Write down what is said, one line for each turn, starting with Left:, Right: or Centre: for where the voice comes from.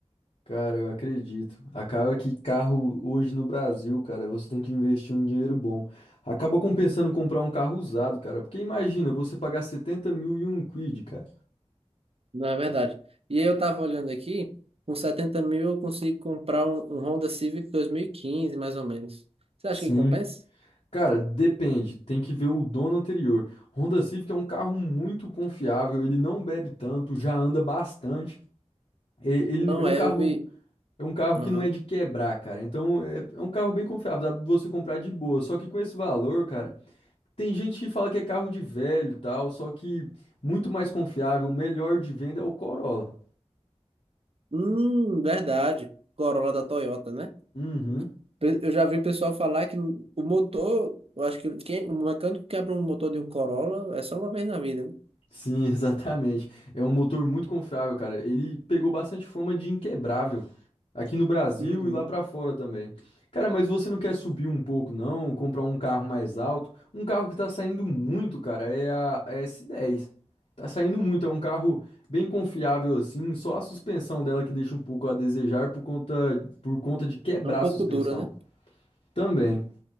Left: Cara, eu acredito. Acaba que carro hoje no Brasil, cara, você tem que investir um dinheiro bom. Acaba compensando comprar um carro usado, cara. Porque imagina você pagar 70 mil e um quid, cara.
Right: Não é verdade. E aí eu tava olhando aqui, com setenta mil eu consigo comprar um, um Honda Civic 2015 mais ou menos. Você acha
Left: Sim.
Right: que compensa?
Left: Cara, depende. Tem que ver o dono anterior. Honda Civic é um carro muito confiável. Ele não bebe tanto, já anda bastante. E- Ele
Right: Não
Left: é um
Right: é,
Left: carro,
Right: eu vi.
Left: é um carro
Right: Aham.
Left: que não é de quebrar, cara. Então é, é um carro bem confiável. Dá pra você comprar de boa. Só que com esse valor, cara. Tem gente que fala que é carro de velho e tal, só que muito mais confiável, o melhor de venda é o Corolla.
Right: Hum, verdade. Corolla da Toyota, né?
Left: Uhum.
Right: Pe- Eu já vi o pessoal falar que o motor, eu acho que quem, o mecânico que quebra um motor de um Corolla é só uma vez na vida, né?
Left: Sim, <laughs> exatamente. É um motor muito confiável, cara. Ele pegou bastante fama de inquebrável aqui no Brasil
Right: Uhum.
Left: e lá pra fora também. Cara, mas você não quer subir um pouco, não? Comprar um carro mais alto? Um carro que tá saindo muito, cara, é a a S10. Tá saindo muito, é um carro bem confiável assim, só a suspensão dela que deixa um pouco a desejar por conta, por conta de quebrar
Right: É um pouco
Left: a suspensão.
Right: dura, né?
Left: Também.